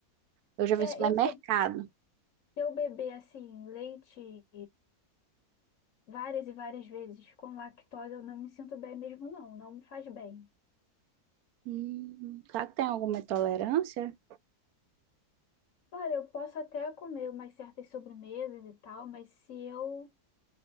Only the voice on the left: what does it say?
É,
eu, se eu se eu beber assim, leite várias e várias vezes com lactose, eu não me sinto bem mesmo, não, não me faz bem.
Olha, eu posso até comer umas certas sobremesas e tal, mas se eu